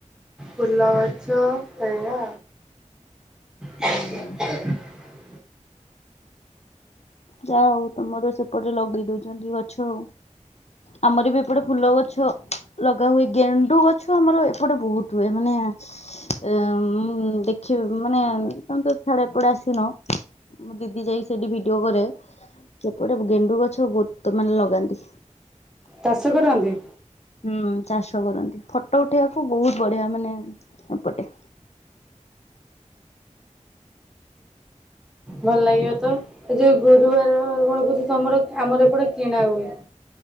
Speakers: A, in the centre; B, on the left.
A: ଫୁଲ ଗଛ ଏଇଆ। <unintelligible>
B: ଓହୋ ଯା ହଉ ତୋମର ସେପଟେ ଲଗେଇ ଦଉଛନ୍ତି ଗଛ। ଆମର ବି ଏପଟେ ଫୁଲ ଗଛ ଲଗା ହୁଏ, ଗେଣ୍ଡୁ ଗଛ ଆମର ଏପଟେ ବହୁତ ହୁଏ। ମାନେ ଏ, ଉଁ, ଦେଖିବ ମାନେ ତୋମେ ତ ଛାଡ ଏପଟେ ଆସିନ। ମୋ ଦିଦି ଯାଇ ସେଠି ଭିଡିଓ କରେ। ସେପଟେ ଗେଣ୍ଡୁ ଗଛ ବହୁତ ମାନେ ଲଗାନ୍ତି।
A: ଚାଷ କରନ୍ତି?
B: ହୁଁ ଚାଷ କରନ୍ତି, ଫଟୋ ଉଠେଇବାକୁ ବହୁତ ବଢିଆ ମାନେ ଏପଟେ।
A: ଭଲ ଲାଗିବ ତ, ଏ ଯୋଉ ଗୁରୁବାର ବଳକୁ ତି ତୋମର ଆମର ଏପଟେ କିଣା ହୁଏ।